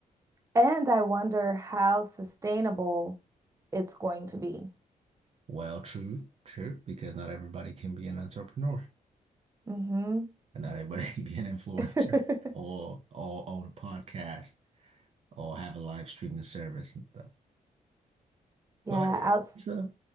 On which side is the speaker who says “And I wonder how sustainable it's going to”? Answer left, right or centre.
Right